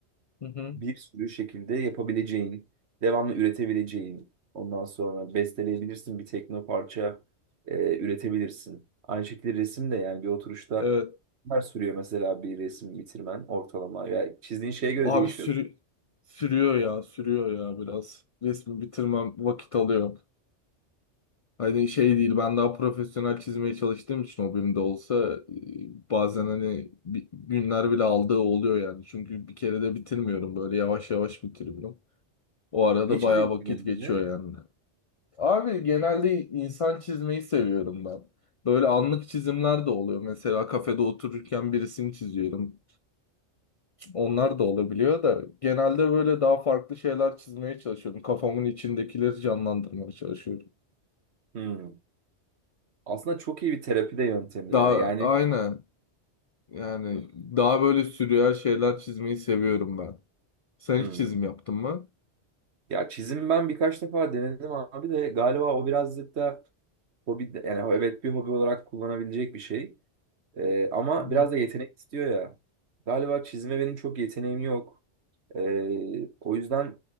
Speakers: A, on the left; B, on the right.
A: Hı hı.
B: bir sürü şekilde yapabileceğin, devamlı üretebileceğin, ondan sonra besteleyebilirsin bir tekno parça e, üretebilirsin. Aynı şekilde resim de yani bir oturuşta
A: Evet.
B: neler sürüyor mesela bir resim bitirmen ortalama. Yani çizdiğin şeye göre
A: Abi
B: değişiyor.
A: sürü sürüyor ya, sürüyor ya biraz. Resmi bitirmem vakit alıyor. Hani şey değil ben daha profesyonel çizmeye çalıştığım için o benim de olsa e, bazen hani bi- günler bile aldığı oluyor yani. Çünkü bir kere de bitirmiyorum böyle yavaş yavaş bitiriyorum. O arada
B: Ne çiziyorsun
A: bayağı vakit
B: genelde?
A: geçiyor yani. Abi genelde insan çizmeyi seviyorum ben. Böyle anlık çizimler de oluyor. Mesela kafede otururken bir resim çiziyorum. Onlar da olabiliyor da genelde böyle daha farklı şeyler çizmeye çalışıyorum. Kafamın içindekileri canlandırmaya çalışıyorum.
B: Hmm. Aslında çok iyi bir terapi de yöntemi
A: Daha
B: ya. Yani
A: aynen. Yani daha böyle sürreal şeyler çizmeyi seviyorum ben. Sen
B: hmm.
A: hiç çizim yaptın mı?
B: Ya çizim ben birkaç defa denedim abi de galiba o birazcık da hobi yani evet bir hobi olarak kullanabilecek bir şey. Ee, ama
A: Hı hı.
B: biraz da yetenek istiyor ya. Galiba çizime benim çok yeteneğim yok. Ee, o yüzden